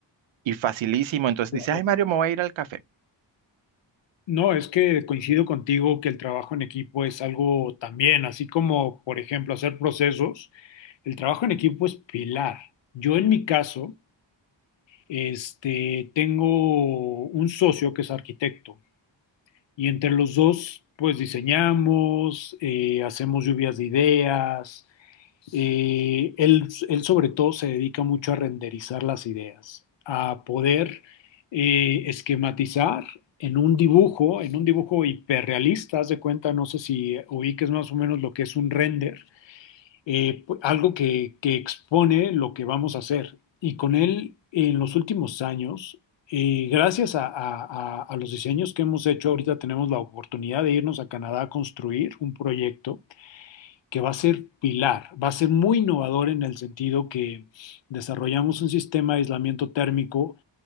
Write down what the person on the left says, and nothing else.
claro.
No, es que coincido contigo que el trabajo en equipo es algo también, así como, por ejemplo, hacer procesos, el trabajo en equipo es pilar. Yo en mi caso, este, tengo un socio que es arquitecto y entre los dos, pues diseñamos, eh, hacemos lluvias de ideas, Eh, él, él sobre todo se dedica mucho a renderizar las ideas, a poder eh, esquematizar en un dibujo, en un dibujo hiperrealista, haz de cuenta, no sé si oí que es más o menos lo que es un render, eh, pu- algo que, que expone lo que vamos a hacer. Y con él, en los últimos años, eh, gracias a, a a- a los diseños que hemos hecho, ahorita tenemos la oportunidad de irnos a Canadá a construir un proyecto que va a ser pilar, va a ser muy innovador en el sentido que desarrollamos un sistema de aislamiento térmico